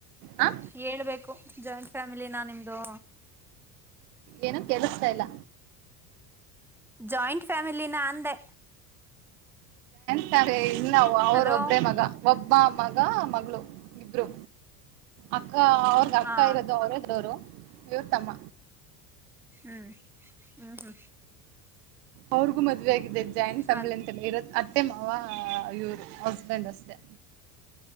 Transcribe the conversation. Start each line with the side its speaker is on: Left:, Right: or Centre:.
Right: ಹ
Centre: ಹೇಳ್ಬೇಕು ಜಾಸ್ ಫ್ಯಾಮಿಲಿನ ನಿಮ್ದು
Right: ಏನು ಕೇಳಿಸ್ತಾ ಇಲ್ಲ.
Centre: ಜಾಯಿಂಟ್ ಫ್ಯಾಮಿಲಿನ ಅಂದೆ.
Right: <unintelligible> ಇನ್ನ ಅವರು
Centre: ಹಲೋ
Right: ಒಬ್ಬ್ರೇ ಮಗ ಒಬ್ಬ ಮಗ ಮಗಳು ಇಬ್ರು ಅಕ್ ಅಕ್ಕ ಅವ್ರಿಗ್ ಅಕ್ಕ
Centre: ಹಾ
Right: ಇರೋದು ಅವ್ರೆ ಡೋರು. ಇವ್ರ್ ತಮ್ಮ
Centre: ಹ್ಮ್ ಊ ಹ್ಮ
Right: ಅವ್ರಿಗೂ ಮದುವೆ ಆಗಿದೆ ಜಾಯಿಂಟ್ ಫ್ಯಾಮಿಲಿ
Centre: ಅ
Right: ಎಂತೆಲ್ಲ ಇರ ಅದ್ ಅತ್ತೆ ಮಾವಾ ಯೂರ್ ಹಸ್ಬೆಂಡ್ ಅಷ್ಟೇ.